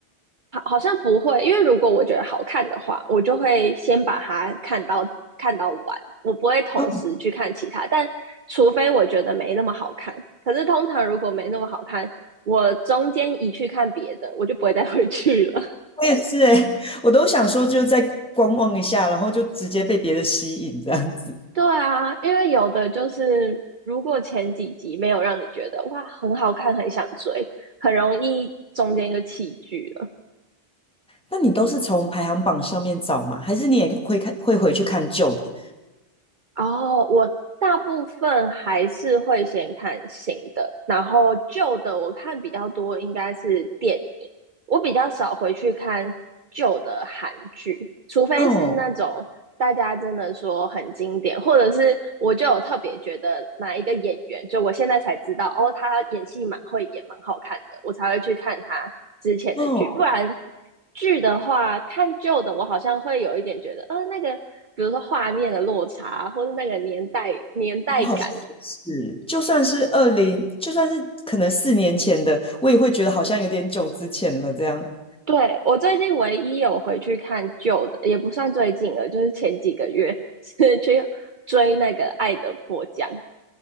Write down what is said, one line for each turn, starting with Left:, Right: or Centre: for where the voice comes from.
Right: 好好像不会，因为如果我觉得好看的话，我就会先把它看到看到完，我不会同时去看其他，
Centre: 哦，
Right: 但除非我觉得没那么好看，可是通常如果没那么好看，我中间一去看别的，我就不会再回去了。
Centre: 我也是诶，我都想说就再观望一下，然后就直接被别的吸引这样子。
Right: 对啊，因为有的就是如果前几集没有让你觉得哇很好看，很想追，很容易中间就弃剧了。
Centre: 那你都是从排行榜上面找吗？还是你也会看会回去看旧的？
Right: 哦，我大部分还是会先看新的，然后旧的我看比较多，应该是电影。我比较少回去看旧的韩剧，除非是那种大家真的说很经典，
Centre: 哦
Right: 或者是我就有特别觉得哪一个演员，就我现在才知道哦，他演戏蛮会演，蛮好看的，我才会去看他之前的剧。
Centre: 哦，
Right: 不然剧的话，看旧的我好像会有一点觉得，呃，那个比如说画面的落差，或者那个年代年代感，
Centre: 我好像也是，就算是二零，就算是可能四年前的，我也会觉得好像有点久之前了这样。
Right: 对，我最近唯一有回去看旧的，也不算最近了，就是前几个月 <laughs> 是去追那个《爱的迫降》